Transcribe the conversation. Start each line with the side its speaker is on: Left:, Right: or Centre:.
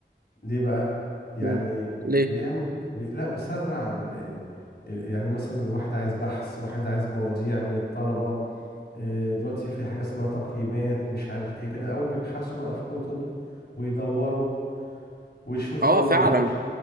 Left: ليه بقى؟ يعني
Right: أمم. ليه
Left: بيعمل بي لا بيسرع ال- ال- يعني مثلا واحد عايز بحث واحد عايز مواضيع من الطلبة آه، دلوقتي في حاجة اسمها تقييمات مش عارف ايه كان الأول بيبحثوا بقى في كتب ويدوروا ويشوفوا
Right: اه فعلا
Left: يخش